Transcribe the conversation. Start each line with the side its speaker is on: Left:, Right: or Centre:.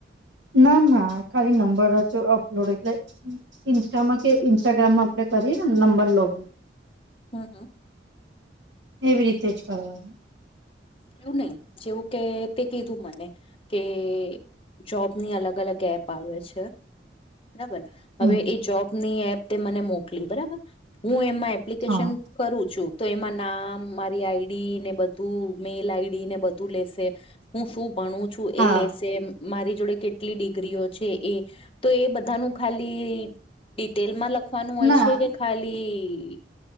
Right: ના ના ખાલી નંબર જ અપલોડ એટલે ઇન્સ્ટામાં કે ઇન્સ્ટાગ્રામમાં આપડે કરીયએ ને નંબર લોગિંગ
Left: હા, હા.
Right: એવી રીતે જ કરવાનું.
Left: એવું નહી જેવું કે તે કીધું મને કે જોબની અલગ અલગ એપ આવે છે. બરાબર
Right: હમ
Left: હવે એ જોબની એપ મને મોકલી બરાબર હું એમાં એપ્લિકેશન
Right: હા
Left: કરું છું તો એમાં નામ મારી આઈડી ને બધું મેલ આઈડી ને બધું લેશે હું શું ભણું છું
Right: હા
Left: એ લેશે મારી જોડે કેટલી ડિગ્રીઓ છે એ તો એ બધાનું ખાલી ડિટેલમાં લખવાનું હોય
Right: ના
Left: છે કે ખાલી